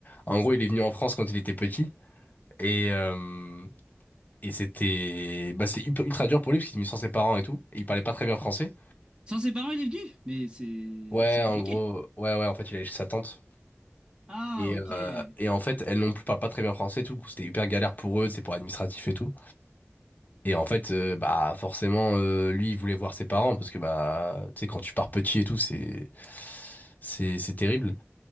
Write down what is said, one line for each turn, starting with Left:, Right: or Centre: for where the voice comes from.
Left: en gros, il est venu en France quand il était petit. Et, euh, et c'était. Bah, c'est hyper- ultra dur pour lui parce qu'il est venu sans ses parents et tout. Et il parlait pas très bien français.
Right: Sans ses parents, il est venu, mais c'est...
Left: Ouais,
Right: c'est compliqué.
Left: en gros. Ouais, ouais, en fait, il allait chez sa tante.
Right: Ah,
Left: Et,
Right: ok.
Left: euh, et en fait, elles non plus parlent pas très bien français et tout. Du coup, C'était hyper galère pour eux, c'est pour administratif et tout. Et en fait, euh, bah forcément, euh, lui, il voulait voir ses parents parce que bah, tu sais, quand tu pars petit et tout, c'est c'est c'est terrible.